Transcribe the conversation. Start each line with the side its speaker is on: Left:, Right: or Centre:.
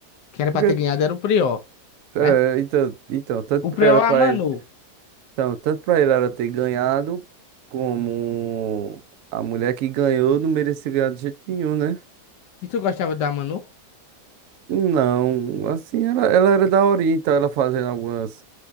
Left: Quem era
Right: Porque.
Left: pra ter ganhado era o Prior,
Right: É,
Left: né?
Right: então, então, tanto
Left: O
Right: pra,
Left: Prior,
Right: era pra
Left: é a Manu.
Right: ele, então, tanto pra ele era ter ganhado, como a mulher que ganhou não merecia ganhar de jeito nenhum, né?
Left: E tu gostava da Manu?
Right: Não, assim, ela, ela era daorinha, então ela fazendo algumas